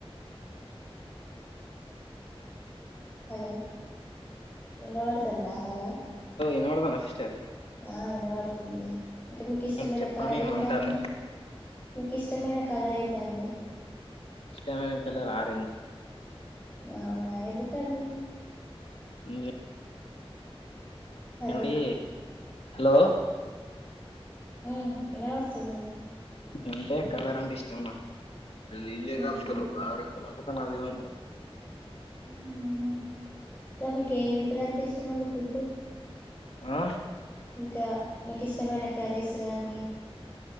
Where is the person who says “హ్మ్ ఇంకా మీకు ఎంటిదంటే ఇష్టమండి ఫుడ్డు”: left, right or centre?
Left